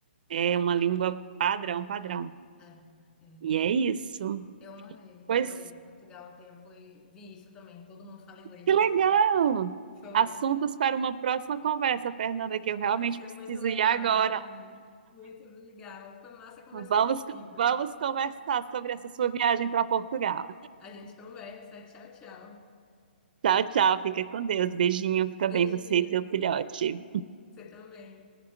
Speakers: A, on the right (about 50°); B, on the left (about 20°).
A: É uma língua padrão, padrão.
B: é, é.
A: E é isso.
B: Eu morei,
A: Pois
B: eu morei em Portugal um tempo e vi isso também. Todo mundo fala inglês,
A: Que
B: nem
A: legal!
B: sei como foi.
A: Assuntos para uma próxima conversa, Fernanda, que eu realmente
B: Vai ser
A: preciso
B: muito legal,
A: ir agora.
B: Liane. Muito legal. Foi massa conversar
A: Vamos,
B: contigo.
A: vamos conversar sobre essa sua viagem para Portugal.
B: A gente conversa. Tchau, tchau.
A: Tchau, tchau. Fica com Deus. Beijinho. Fica
B: Beijinhos.
A: bem você e seu filhote.
B: Você também.